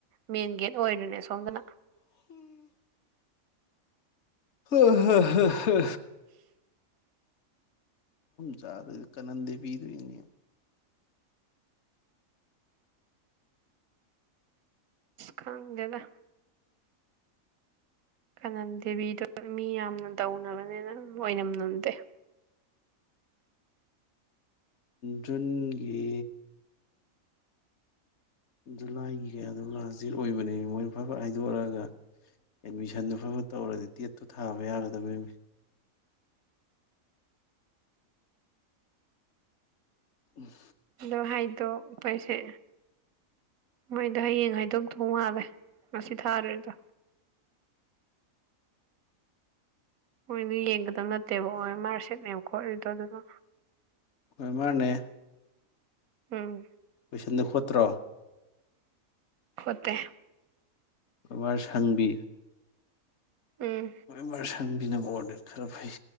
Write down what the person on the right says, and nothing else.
ꯃꯦꯟ ꯒꯦꯠ ꯑꯣꯏꯔꯅꯦ ꯁꯣꯝꯗꯅ
ꯈꯪꯗꯦꯗ ꯀꯅꯟꯗꯦꯕꯤꯗ ꯃꯤ ꯌꯥꯝꯅ ꯇꯧꯅꯕꯅꯤ ꯑꯣꯏꯅꯝ ꯅꯝꯗꯦ
ꯑꯗꯣ ꯍꯥꯏꯗꯣꯛꯄꯩꯁꯦ ꯃꯣꯏꯗꯣ ꯍꯌꯦꯡ ꯍꯥꯏꯗꯣꯛꯇꯣ ꯃꯥꯜꯂꯦ ꯉꯁꯤ ꯊꯥꯔꯤꯗꯣ ꯃꯣꯏꯅ ꯌꯦꯡꯒꯗꯕ ꯅꯠꯇꯦꯕ ꯑꯣꯏ ꯃꯥꯔ ꯁꯤꯠꯅꯦꯕ ꯈꯣꯠꯂꯤꯗꯣ ꯑꯗꯨꯅ
ꯎꯝ
ꯈꯣꯠꯇꯦ
ꯎꯝ